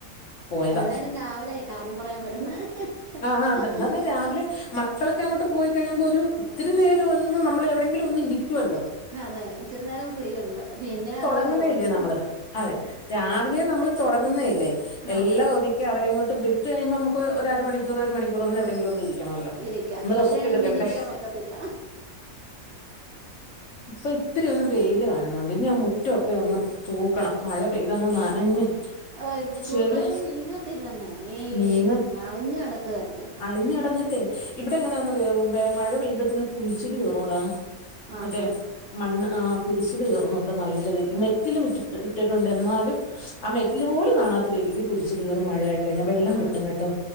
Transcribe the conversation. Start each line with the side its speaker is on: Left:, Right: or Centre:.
Left: പോയതാ
Right: എല്ലാരും രാവിലെയ് കാര്യം പറയാൻ വരുന്ന് ഹ്
Left: ആഹ് ആഹ്
Right: ഹ്
Left: അതെ എന്ന്
Right: ഹ്
Left: പറഞ്ഞാ രാവിലെ മക്കളൊക്കെ അങ്ങോട്ട് പോയി കഴിയുമ്പോ ഒരു ഇത്തിരി നേരം ഒന്ന് നമ്മള് എവിടെയെങ്കിലും ഒന്ന് ഇരിക്കുവല്ലോ
Right: ആഹ് അതെ ഇച്ചിരി നേരം ഫ്രീ ഒണ്ട് പിന്നെ അതുപോലെ
Left: തുടങ്ങുന്നയല്ലേ
Right: തുടങ്ങും
Left: നമ്മള് അതെ രാവിലെ നമ്മള് തുടങ്ങുന്നല്ലേ എല്ലാം
Right: അതെ
Left: ഒതു ഒതുക്കി അവരെ ങ്ങോട്ട് വിട്ട് കഴിയുമ്പോ നമക്ക് ഒര് ഒരു അരമണിക്കൂറ് ഒരു മണിക്കൂറ് ഒന്ന് എവിടെയെങ്കിലും ഒന്നിരി- ക്കണല്ലോ
Right: ഇരിക്ക
Left: ഒന്ന് റസ്റ്റ്
Right: അത് കഴിഞ്ഞ്
Left: എടുക്കണ്ടേ
Right: പിന്നെ ഇരിക്കാൻ പറ്റത്തില്ല
Left: <unintelligible> ഇത്തിരി ഒന്ന് വെയിൽ കാണുന്നുണ്ട് ഇനി മുറ്റൊക്കെ ഒന്ന് തൂക്കണം മഴ പെയ്തങ്ങ് നനഞ്ഞ്
Right: ഓ ഇപ്പൊ
Left: ചെളി
Right: തൂത്താലൊന്നും നീങ്ങത്തില്ലെന്നേ ഈ
Left: നീങ്ങ
Right: അളിഞ് കിടക്കുകല്ലേ
Left: അളിഞ്ഞ് കിടന്നിട്ടേ ഇവിടെ എങ്ങനാന്നറിയമോ മഴ പെയ്യുമ്പോഴത്തന് കുഴിച്ചില് കേറൂടാ
Right: ആഹാ
Left: മറ്റേ മണ്ണ് ആ കുരിശില് കേറുന്നുണ്ട് നല്ല മെറ്റിലും ഇട്ടിട്ടുണ്ട് എന്നാലും ആ മെറ്റിലില് പോലും കാണാത്ത രീതിക്ക് കുരിശില കയറും മഴയായി കഴിഞ്ഞ വെള്ളം
Right: ആഹ്
Left: കിട്ടും കേട്ടോ